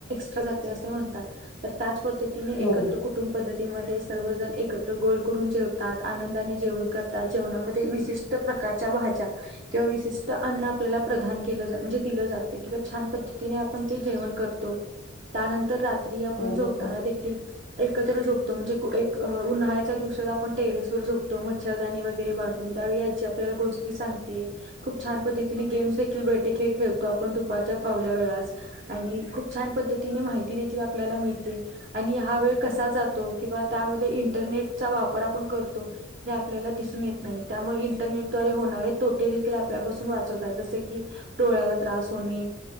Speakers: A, on the right; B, on the left.
A: तर त्याच असे म्हणतात त्या पद्धतीने एकत्र
B: हो हो
A: कुटुब पद्धती म सर्वजण एकत्र गोल करून जेवतात आनंदाने जेवण करतात जेवणामध्ये विशिष्ट प्रकारच्या भाज्या किंवा विशिष्ट अन्न आपल्याला प्रधान केलं म्हणजे दिलं जाते किंवा छान पद्धतीने आपण ते जेवण करतो त्यानंतर रा त्रीआपण
B: बरोबर
A: झोताना देखील एकत्र झोपतो म्हणजे एक उन्हाळ्याच्या दिवसात आपण टेरेस वर झोपतो मच्छरदानी वगैरे बांधून त्यावे याची आपल्याला गोष्टी सांगते खूप छान पद्धतीने गेम्स देखील बैठे खेळ खेळतो आपण दुपारच्या फावल्या वेळेस आणि खूप छान पद्धती तिने माहिती देखील आपल्याला मिळते आणि हा वेळ कसा जातो किंवा त्यामध्ये इंटरनेटचा वापर आपण करतो हे आपल्याला दिसून येत नाही त्यामुळे इंटरनेटद्वारे होणारे तोटे देखील आपल्यापासून वाचवतात जस की डोळ्याला त्रास होणे